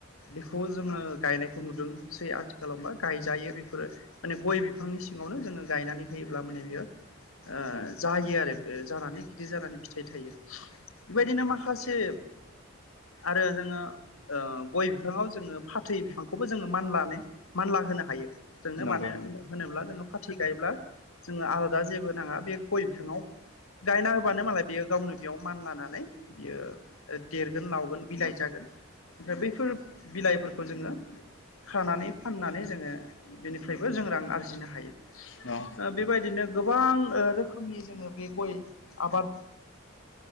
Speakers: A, on the left; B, on the left.
A: बेखौ जोङो गायनायखौ नुदों। जे आथिखालावबा गायजायो बेफोरो। माने गय बिफांनि सिङावनो जोङो गायनानै होयोब्ला माने बेयो ओ
B: उम
A: जायो आरो ओ जानानै गिदिर जानानै फिथाइ थायो। बेबायदिनो माखासे आरो जोङो ओ गय बिफाङाव जोङो फाथै बिफांखौबो जोङो मानलानो मानला होनो हायो। जोंनो
B: नंगौ
A: मानो
B: नंगौ
A: होनोब्ला जोङो फारथि गायोब्ला जोङो आलादा जेबो नाङा बे गय बिफाङाव गायना होबानो मालाय बियो गावनो बेयाव मान लानानै बियो देरगोन लावगोन बिलाइ ओमफ्राय बैफोर बिलाइफोरखौ जोङो खानानै फाननानै जोङो बेनिफ्रायबो जों रां आरजिनो हायो।
B: अ।
A: ओ बेबायदिनो गोबां ओ रोखोमनि जोङो बे गय आबाद